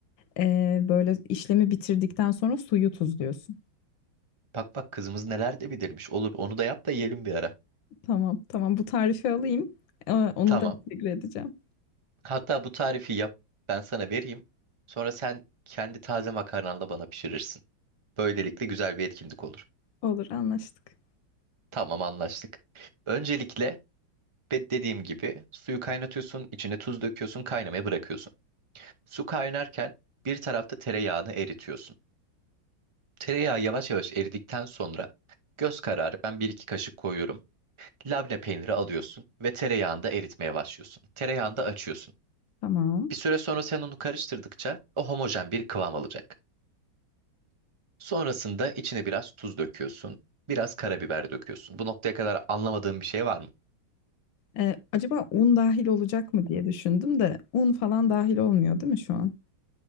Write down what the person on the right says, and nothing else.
bak bak kızımız neler de bilirmiş. Olur onu da yap da yiyelim bir ara.
Tamam.
Hatta bu tarifi yap ben sana vereyim. Sonra sen kendi taze makarnanla bana pişirirsin. Böylelikle güzel bir etkinlik olur.
Tamam anlaştık. Öncelikle de- dediğim gibi suyu kaynatıyorsun, içine tuz döküyorsun, kaynamaya bırakıyorsun. Su kaynarken bir tarafta tereyağını eritiyorsun. Tereyağı yavaş yavaş eridikten sonra göz kararı ben bir iki kaşık koyuyorum. Labne peyniri alıyorsun ve tereyağında eritmeye başlıyorsun. Tereyağında açıyorsun.
Bir süre sonra sen onu karıştırdıkça o homojen bir kıvam alacak. Sonrasında içine biraz tuz döküyorsun, biraz karabiber döküyorsun. Bu noktaya kadar anlamadığın bir şey var mı?